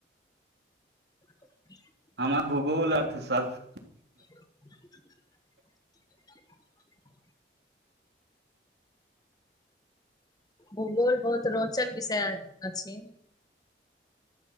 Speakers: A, on the left; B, on the right.
A: <inaudible>
B: हमर भूगोल अर्थशस्
A: <inaudible> भूगोल बहुत रोचक विषय अछि।